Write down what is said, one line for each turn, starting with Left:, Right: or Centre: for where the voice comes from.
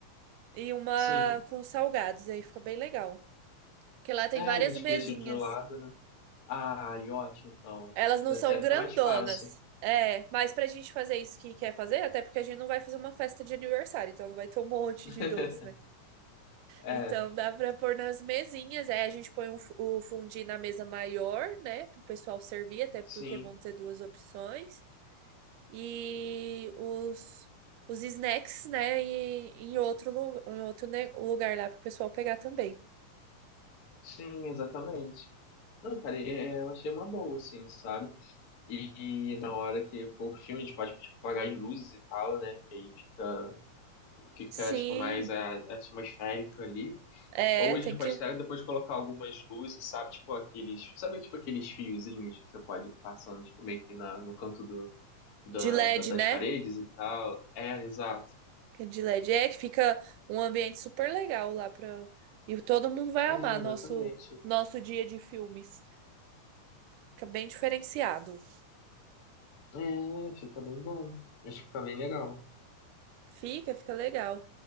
Right: E uma
Left: Sim.
Right: com salgados, aí fica bem legal. Porque lá tem
Left: É,
Right: várias
Left: a gente
Right: mesinhas.
Left: cria isso de um lado, né? Ah, e ótimo, então.
Right: Elas não
Left: Já
Right: são
Left: até
Right: grandonas.
Left: fica mais fácil.
Right: É, mas pra gente fazer isso que quer fazer, até porque a gente não vai fazer uma festa de aniversário, então não vai ter um monte
Left: <laughs>
Right: de doce, né?
Left: É,
Right: Então dá pra pôr nas mesinhas, aí a gente põe o fu- o fondue na mesa maior, né? Pro pessoal servir, até
Left: sim.
Right: porque vão ter duas opções. e os, os snacks, né, e- em outro, lu- em outro ne- lugar lá para o pessoal pegar também.
Left: Sim, exatamente. Não, cara, é- eu achei uma boa, assim, sabe? E na hora que for o filme, a gente pode tipo, apagar as luzes e tal, né? Que aí fica, fica
Right: Sim,
Left: tipo, mais a, atmosférico ali.
Right: é,
Left: Ou a
Right: tem
Left: gente pode
Right: que.
Left: até depois colocar algumas luzes, sabe? Tipo aqueles. Sabe, tipo aqueles fiozinhos que você pode ir passando, tipo, meio que na, no canto do, da,
Right: De LED,
Left: da- das
Right: né?
Left: paredes e tal. É, exato.
Right: Que é De LED. É que fica um ambiente super legal lá pra. E todo mundo vai
Left: É,
Right: amar
Left: exatamente.
Right: nosso, nosso dia de filmes. Fica bem diferenciado.
Left: É, fica bem bom. Acho que fica bem legal.
Right: Fica, fica legal.